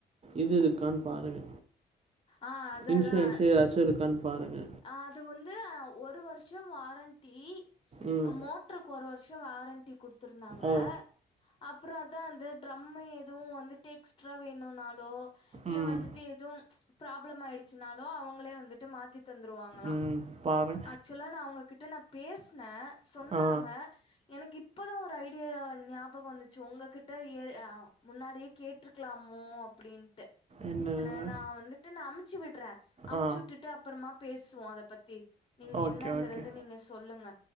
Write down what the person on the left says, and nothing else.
ஆ அதான்
அதான்
அது வந்து அ ஒரு வர்ஷோ வாரண்ட்டி
மோட்ரு க்கு ஒரு வர்ஷோ வாரண்ட்டி குடுத்துருந்தாங்க
அப்பறோ அதா அந்த டிரம்மு எதுவு வந்துட்டு எக்ஸ்ட்ரா வேணுனாலோ இல்ல
வந்துட்டு எதும் ப்ராப்ளம் ஆயிடுச்சுனாலோ அவுங்களே வந்துட்டு மாத்தி தந்துருவாங்ளா
ஆக்சுவலா நா அவுங்ககிட்ட நா பேசுனே சொன்னாங்க
எனுக்கு இப்பதா ஒரு ஐடியா ஞாபக வந்துச்சு ஒங்ககிட்ட ஏ அ முன்னாடியே கேட்ருக்லாமோ அப்டின்ட்டு
ஏனா
நா வந்துட்டு நா அம்ச்சுவிட்றே அம்ச்சு
வுட்டுட்டு அப்பறமா பேசுவோ. அத பத்தி நீங்க
என்னங்கறத
நீங்க சொல்லுங்க